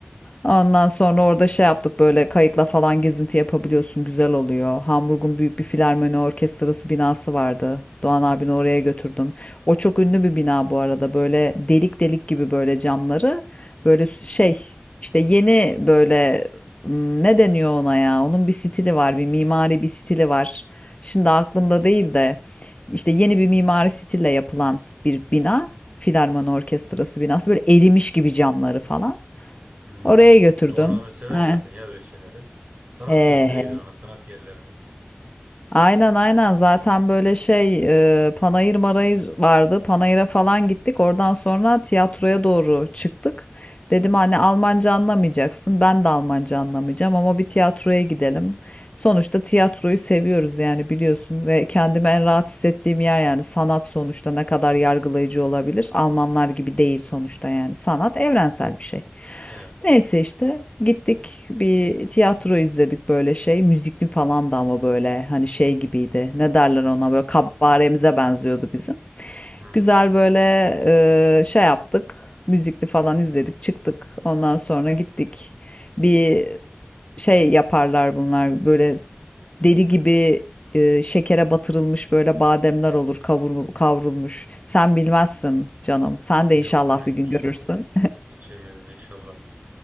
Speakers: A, on the left (about 30°); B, on the right (about 40°).
A: Ondan sonra orada şey yaptık böyle kayıkla falan gezinti yapabiliyorsun. Güzel oluyor. Hamburg'un büyük bir filarmoni orkestrası binası vardı. Doğan abini oraya götürdüm. O çok ünlü bir bina bu arada. Böyle delik delik gibi böyle camları. Böyle şey işte yeni böyle Hmm, ne deniyor ona ya? Onun bir stili var, bir mimari bir stili var. Şimdi aklımda değil de işte yeni bir mimari stille yapılan bir bina. Filarmoni Orkestrası binası. Böyle erimiş gibi camları falan.
B: Hmm,
A: Oraya götürdüm.
B: Doğan abi sever
A: He.
B: zaten ya öyle şeyleri. Sanat
A: He
B: göstereydin ona sanat yerlerini.
A: Aynen aynen zaten böyle şey e, Panayır Marayır vardı. Panayır'a falan gittik. Oradan sonra tiyatroya doğru çıktık. Dedim anne Almanca anlamayacaksın. Ben de Almanca anlamayacağım ama bir tiyatroya gidelim. Sonuçta tiyatroyu seviyoruz yani biliyorsun ve kendimi en rahat hissettiğim yer yani sanat sonuçta ne kadar yargılayıcı olabilir? Almanlar gibi değil sonuçta yani sanat evrensel bir şey.
B: Evet.
A: Neyse işte gittik bir tiyatro izledik böyle şey. Müzikli falan da ama böyle hani şey gibiydi. Ne derler ona böyle kabaremize benziyordu bizim.
B: Hmm.
A: Güzel böyle e, şey yaptık. Müzikli falan izledik çıktık. Ondan sonra gittik. Bir şey yaparlar bunlar böyle deli gibi e, şekere batırılmış böyle bademler olur kavur, kavrulmuş. Sen bilmezsin canım. Sen de
B: Yok
A: inşallah
B: ben
A: bir gün
B: hiç,
A: görürsün.
B: hiç yemedim inşallah.